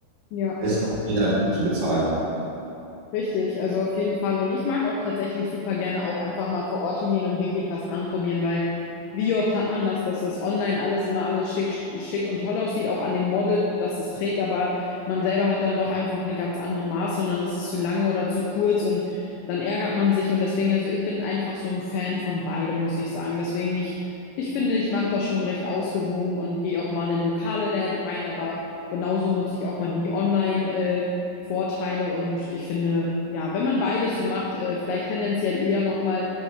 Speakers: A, on the left; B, on the right.
A: ja.
B: Ist auch nicht einfach so zu bezahlen.
A: Richtig, also auf jeden Fall. Und ich mag auch tatsächlich super gerne auch einfach mal vor Ort hingehen und wirklich was anprobieren, weil wie oft hat man das, dass das online alles immer alles schick, schick und toll aussieht, auch an dem Model, dass es trägt, aber man selber hat dann doch einfach eine ganz andere Maße und dann ist es zu lang oder zu kurz und dann ärgert man sich und deswegen, also ich bin einfach so ein Fan von beidem, muss ich sagen. Deswegen, ich, ich finde, ich mache das schon recht ausgewogen und gehe auch mal in lokale Läden rein, aber genauso nutze ich auch mal die Online, äh, Vorteile und ich finde, ja, wenn man beides so macht, äh, vielleicht tendenziell eher nochmal